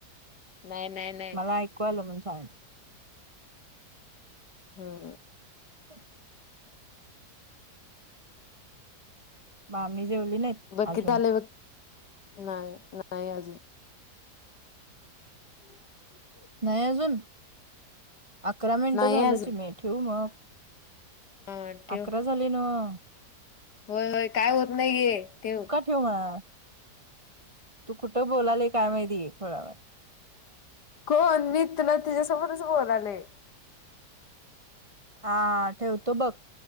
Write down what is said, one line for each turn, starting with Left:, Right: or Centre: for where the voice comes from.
Left: नाही, नाही नाही
Right: मला ऐकूय आलं म्हण सांग
Left: ह, ह
Right: अचछ मामी जेवली नाहीत
Left: बघकीिथ
Right: अजून.
Left: आलेय बघ नाही, नाही अजून ह
Right: नाही अजून अकरा मिनटं
Left: नाही
Right: झाल
Left: अजून
Right: चिमे ठेवू मग
Left: हा ठेव
Right: अकरा झाले नव्ह
Left: होय, होय काय होत नाही गे ठेव
Right: ठिव बाळा तू कुठ बोलाले काय माहितीय खुल्यावाणी
Left: कोण मी तुला तिच्या्यासमोरच बोलालय
Right: हा ठेवतो बघ